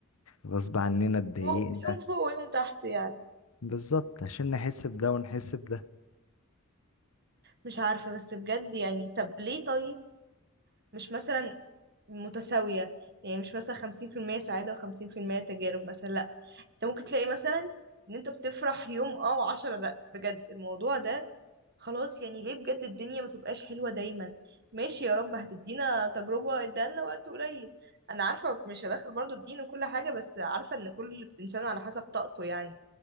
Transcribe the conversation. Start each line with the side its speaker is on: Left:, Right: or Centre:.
Left: غصب عننا اتضايقنا
Right: فوق يوم فوق ويوم تحت يعني
Left: بالظبط عشان نحس بده ونحس بده
Right: مش عارفة بس بجد يعني طب ليه طيب مش مثلا متساوية يعني مش مثلا خمسين في المية سعادة وخمسين في المية تجارب مثلا لأ انت ممكن تلاقي مثلا ان انت بتفرح يوم اه وعشرة لأ بجد الموضوع ده خلاص يعني ليه بجد الدنيا ما تبقاش حلوة دايما ماشي يا رب هتدينا تجربة ادالنا وقت قليل انا عارفة مش هدخل برضو الدين وكل حاجة بس عارفة ان كل انسان على حسب طاقته يعني